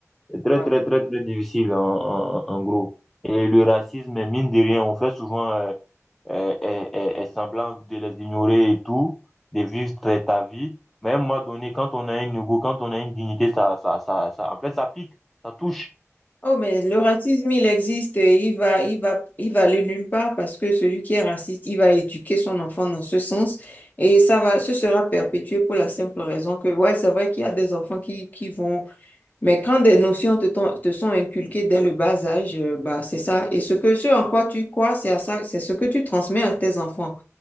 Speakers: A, in the centre; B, on the left.
A: C'est très,
B: Ouais.
A: très, très, très difficile, en, en, en gros. Et le racisme, mine de rien, on fait souvent euh, euh, euh, euh, euh, semblant de les ignorer et tout, de vivre très ta vie. Mais à un moment donné, quand on a un ego, quand on a une dignité, ça, ça, ça, ça, en fait, ça pique, ça touche.
B: Oh, mais le racisme, il existe. et Il va, il va, il va aller nulle part parce que celui qui est raciste, il va éduquer son enfant dans ce sens. Et ça va, ce sera perpétué pour la simple raison que, ouais, c'est vrai qu'il y a des enfants qui, qui vont Mais quand des notions te, ton- te sont inculquées dès le bas âge, euh, bah, c'est ça. Et ce que, ce en quoi tu crois, c'est à ça, c'est ce que tu transmets à tes enfants.